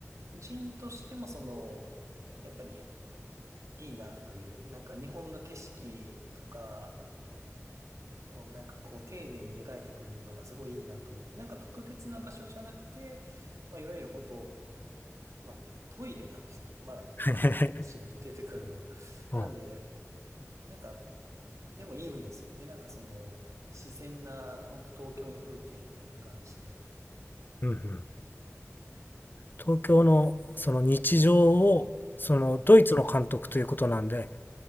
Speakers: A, on the right; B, on the left.
A: 人としてもその、やっぱりいいなという、なんか日本の景色とかをなんかこう丁寧に描いてくれるのがすごいいいなと思って、なんか特別な場所じゃなくて、まあいわゆる本当、まあトイレなんですよ。まあ結構なシーンで出てくるのが。
B: <laughs> うん、
A: なんで、なんか、でもいいんですよね。なんかその、自然な、本当東京の風景みたいな感じで。
B: うんうん、東京のその日常をそのドイツの監督ということなんで
A: はい。